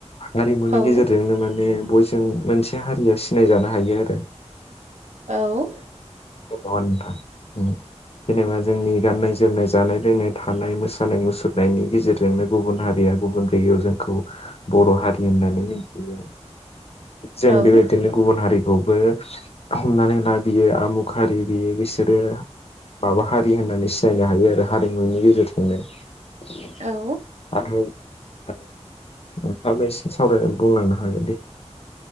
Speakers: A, on the left; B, on the right.
A: हारिमुनि
B: औ
A: गेजेरजोंनो माने बय जों मोनसे हारिया सिनाय जानो हायो आरो
B: औ
A: नंगौ नोंथां उम जेनेबा जोंनि गाननाय जोमनाय जानाय लोंनाय थानाय मोसानाय मुसुरनायनि गेजेरजोंनो गुबुन हारिया गुबुन जायगायाव जोंखौ बर हारि होननानै मिथियो थिग जों
B: औ
A: बेबायदिनो गुबुन हारि थवबो हमनानै ला बियो आमुख हारि बेयो बिसोरो माबा हारि होननानै सिनायनो हायो आरो हारिमुनि गेजेरजों नो ।
B: औ
A: बाथौ औ नोंथाङाबो एसे सावराय बुंलांनो हागोन दे ।